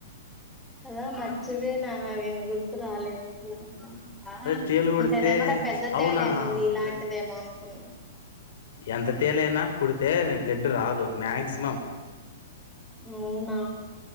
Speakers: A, in the centre; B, on the left.
A: కదా మర్చిపోయినా ఐ మీన్ గుర్తు రాలేదు. ఆ
B: అదే తేలు కుడితే
A: అంటేదేమన్నా పెద్ద
B: అవునా
A: తేలు ఏమో నీ ఇలాంటిదేమో
B: బ్లడ్
A: అనుకున్నం.
B: ఎంత తేలైనా కుడితే బ్లడ్ రాదు మాక్సిమం
A: అవునా